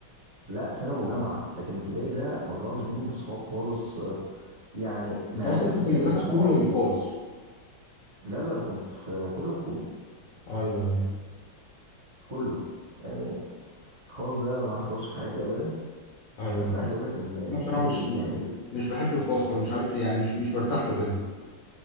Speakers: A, on the right; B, on the left.
A: لا ثانوي وجامعه لكن ابتدائي ده ما طلعتش بيهم بصحاب خالص آه، يعني معرفه
B: انت اصلا كنت مدرسه
A: لكن صحاب
B: حكومي ولا خاص
A: لا لا انا كنت في كله حكومي
B: ايوه ايوه
A: كله يعني الخاص ده ما حصلش في حياتي ابدا
B: ايوه
A: بس عايز اقول لك ان ان
B: انا بصراحه
A: انت إن-
B: مش
A: يعني في
B: مش بحب الخاص خالص مش عارف ليه يعني مش مش برتاح له كده